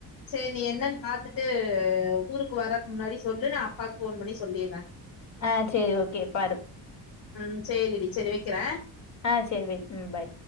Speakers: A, on the left; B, on the left.
A: சரி நீ என்னன்னு பாத்துட்டு ஊருக்கு வர்றதுக்கு முன்னாடி சொல்லு நா அப்பாக்கு ஃபோன் பண்ணி சொல்லிர்றேன்
B: ஆ சேரி ஓகே பாரு
A: ம் சேரி டி சேரி வைக்கறேன்
B: ஆ சரி வை ம் பை